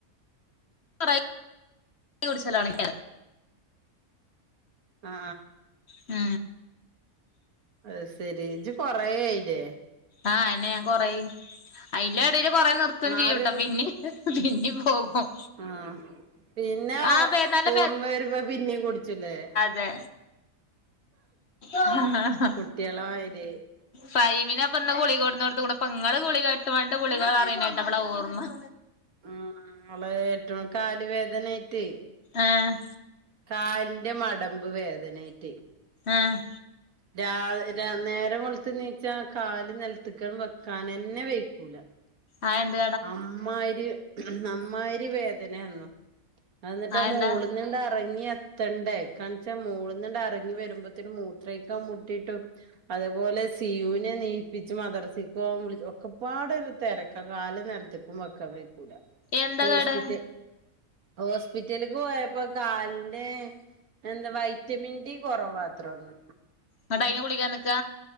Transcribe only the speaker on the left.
കൊറയ് കുടിച്ചലൊയ്‌
ആ
ആഹ് അയനെ ഞാൻ കൊറയ് അയ്ന്റെടേല് കൊറേ ന്നിർത്തും
ചെയ്യൂട്ടാ പിനേം. പിനേം പോകും.
ആഹ്
പേ നല്ല
ലെ ഹ ഹ ഹ
ഫൈമിനെ ഇപ്പന്ന് ഗുളിക കൊടുന്നൊടുത്തുക്കുണു ഇപ്പ്ങ്ങള് ഗുളിക ട്ത്ത് വൻട്ട് ഗുളിക പറയണ കേട്ടപ്പളാ ഓർമ. <inaudible>
ആഹ്
ആഹ്
ആ എന്ത
ആ എന്താ
എന്താ
കേട്
ന്നിട്ടായിന് ഗുളിക തന്നിക്ക